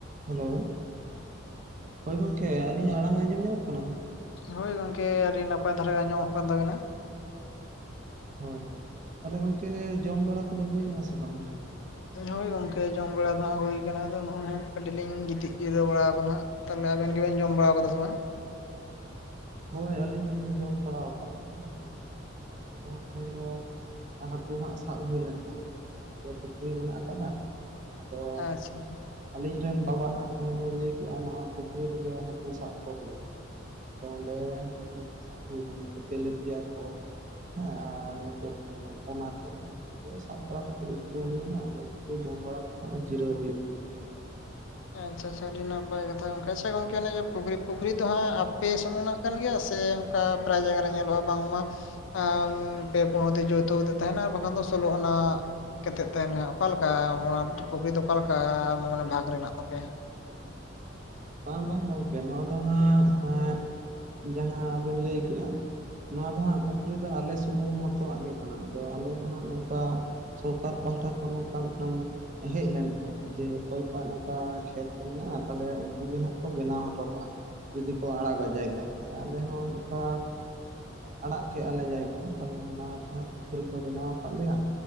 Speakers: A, on the right (about 40°); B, on the left (about 65°).
A: Hello ᱦᱳᱭ ᱜᱚᱝᱠᱮ ᱟᱹᱞᱤᱧᱟᱜ ᱟᱲᱟᱝ ᱟᱸᱡᱚᱢ ᱧᱟᱢᱚᱜ ᱠᱟᱱᱟ?
B: ᱦᱳᱭ ᱜᱚᱝᱠᱮ ᱟᱹᱰᱤ ᱱᱟᱯᱟᱭ ᱫᱷᱟᱨᱟ ᱜᱮ ᱟᱸᱡᱚᱢᱚᱜ ᱠᱟᱱ ᱛᱟᱵᱤᱱᱟ᱾
A: ᱦᱳᱭ ᱛᱟᱦᱚᱞᱮ ᱜᱚᱝᱠᱮ ᱡᱚᱢ ᱵᱟᱲᱟ ᱠᱚᱫᱚ ᱦᱩᱭ ᱮᱱᱟ ᱥᱮ ᱵᱟᱝ?
B: ᱦᱳᱭ ᱜᱚᱝᱠᱮ ᱡᱚᱢ ᱵᱟᱲᱟ ᱫᱚ ᱦᱟᱸᱜ ᱦᱩᱭ ᱠᱟᱱᱟ ᱟᱫᱚ ᱱᱚᱜᱼᱚᱭ ᱦᱟᱸᱜ ᱠᱟᱹᱴᱤᱡ ᱞᱤᱧ ᱜᱤᱛᱤᱡ ᱡᱤᱨᱟᱹᱣ ᱵᱟᱲᱟ ᱟᱠᱟᱱᱟ ᱦᱟᱸᱜ᱾ ᱛᱟᱦᱚᱞᱮ ᱟᱵᱮᱱ ᱜᱮᱵᱮᱱ ᱡᱚᱢ ᱵᱟᱲᱟ ᱟᱠᱟᱫᱟ ᱥᱮ ᱵᱟᱝ?
A: ᱦᱳᱭ ᱟᱹᱞᱤᱧ ᱦᱚᱞᱤᱧ ᱡᱚᱢ ᱵᱟᱲᱟ ᱟᱠᱟᱫ ᱜᱮᱭᱟ ᱱᱤᱛ ᱦᱚᱸ᱾ ᱟᱞᱮ ᱫᱚ ᱦᱟᱸᱜ ᱫᱚ ᱛᱮᱦᱮᱧ ᱫᱚ ᱦᱟᱹᱠᱩ ᱦᱟᱸᱜ ᱥᱟᱵ ᱦᱩᱭ ᱞᱮᱱ ᱛᱟᱦᱮᱫ᱾ ᱫᱚ ᱯᱮ ᱯᱩᱠᱷᱨᱤ ᱢᱮᱱᱟᱜ ᱟᱠᱟᱫᱟ ᱟᱫᱚ
B: ᱟᱪᱪᱷᱟ ᱦᱩᱸ
A: ᱟᱞᱤᱧ ᱨᱮᱱ ᱵᱟᱵᱟ ᱦᱟᱸᱜ ᱛᱮᱦᱮᱧ ᱫᱚᱧ ᱞᱟᱹᱭ ᱠᱮᱜᱼᱟ ᱱᱚᱣᱟ ᱯᱩᱠᱷᱨᱤ ᱨᱮᱜᱮ ᱦᱟᱠᱩ ᱥᱟᱵ ᱠᱚ ᱦᱩᱭᱩᱜᱼᱟ᱾ ᱛᱚ ᱚᱸᱰᱮ ᱦᱟᱹᱠᱩ ᱠᱚ ᱥᱟᱵ ᱦᱩᱭ ᱮᱱᱟ ᱱᱩᱠᱩ ᱛᱮᱞᱮ ᱯᱤᱭᱟ ᱠᱚ, ᱦᱮᱸ ᱟᱨ ᱱᱩᱠᱩ ᱟᱸ ᱯᱚᱱᱟ ᱠᱚ᱾ ᱩᱱᱠᱩ ᱥᱟᱵ ᱵᱟᱲᱟ ᱠᱟᱛᱮᱫ ᱩᱛᱩ ᱦᱩᱭᱱᱟ, ᱟᱫᱚ ᱩᱱᱠᱩ ᱡᱚᱢ ᱵᱟᱲᱟ ᱠᱟᱛᱮᱫ ᱦᱚᱜ-ᱚᱭ ᱡᱤᱨᱟᱹᱣ ᱦᱩᱭᱩᱜ ᱠᱟᱱᱟ᱾
B: ᱟᱪᱪᱷᱟ ᱟᱪᱪᱷᱟ ᱟᱹᱰᱤ ᱱᱟᱯᱟᱭ ᱠᱟᱛᱷᱟ, ᱜᱚᱝᱠᱮ ᱟᱪᱪᱷᱟ ᱜᱚᱝᱠᱮ ᱚᱱᱮ ᱡᱮ ᱯᱩᱠᱷᱨᱤ ᱯᱩᱠᱷᱨᱤ ᱫᱚ ᱦᱟᱸᱜ ᱟᱯᱮ ᱥᱩᱢᱩᱝ ᱱᱟᱜ ᱠᱟᱱ ᱜᱮᱭᱟ ᱥᱮ ᱚᱱᱠᱟ ᱯᱮᱨᱟᱭ ᱡᱟᱭᱜᱟ ᱨᱮ ᱧᱮᱞᱚᱜ ᱟ ᱵᱟᱝᱢᱟ ᱮᱸ ᱯᱮ ᱯᱳᱱ ᱦᱚᱲ ᱛᱮ ᱡᱳᱭᱛᱷᱚ ᱠᱟᱛᱮ ᱛᱟᱦᱮᱱᱟ ᱟᱨ ᱵᱟᱝ ᱠᱷᱟᱱ ᱫᱚ ᱥᱳᱞᱳ ᱟᱱᱟ ᱠᱟᱛᱮᱫ ᱛᱟᱦᱮᱱᱟ ᱚᱠᱟ ᱞᱮᱠᱟ ᱚᱱᱟ ᱯᱩᱠᱷᱨᱤ ᱫᱚ ᱚᱠᱟ ᱞᱮᱠᱟ ᱢᱟᱱᱮ ᱵᱷᱟᱜᱽ ᱨᱮᱱᱟᱜ ᱟᱯᱮ ᱦᱟᱸᱜ
A: ᱵᱟᱝ ᱵᱟᱝ ᱜᱚᱝᱠᱮ ᱱᱚᱣᱟ ᱫᱚ ᱦᱟᱸᱜ ᱡᱟᱦᱟᱸ ᱵᱤᱱ ᱞᱟᱹᱭ ᱠᱮᱜᱼᱟ᱾ ᱱᱚᱣᱟ ᱫᱚ ᱦᱟᱸᱜ ᱯᱩᱠᱷᱨᱤ ᱫᱚ ᱟᱞᱮ ᱥᱩᱢᱩᱝ ᱢᱚᱛᱚ ᱣᱟᱜ ᱜᱮ ᱠᱟᱱᱟ, ᱟᱫᱚ ᱟᱞᱮ ᱫᱚ ᱦᱟᱸᱜ ᱱᱚᱝᱠᱟ ᱥᱚᱨᱠᱟᱨ ᱯᱟᱦᱟᱴᱟ ᱠᱷᱚᱱ ᱱᱚᱝᱠᱟ ᱢᱤᱫᱴᱟᱝ ᱦᱮᱡ ᱞᱮᱱ ᱛᱟᱦᱮᱸᱫᱼᱟ ᱡᱮ ᱚᱠᱚᱭ ᱠᱚᱣᱟᱜ ᱱᱚᱝᱠᱟ ᱠᱷᱮᱛ ᱠᱚ ᱢᱮᱱᱟᱜᱼᱟ, ᱛᱟᱦᱚᱞᱮ ᱩᱱᱠᱩ ᱜᱮ ᱦᱟᱸᱜ ᱠᱚ ᱵᱮᱱᱟᱣ ᱦᱚᱴᱚ ᱠᱟᱜᱼᱟ᱾ ᱡᱩᱫᱤ ᱠᱚ ᱟᱲᱟᱜᱟ ᱡᱟᱭᱜᱟ ᱛᱟᱦᱚᱞᱮ ᱟᱞᱮ ᱦᱚᱸ ᱱᱚᱝᱠᱟ ᱟᱲᱟᱜ ᱠᱮᱜ ᱟ ᱞᱮ ᱡᱟᱭᱜᱟ, ᱛᱟᱦᱚᱞᱮ ᱚᱱᱟ ᱨᱮᱱᱟᱜ ᱯᱩᱠᱷᱨᱤ ᱠᱚ ᱵᱮᱱᱟᱣ ᱟᱠᱟᱫ ᱞᱮᱭᱟ᱾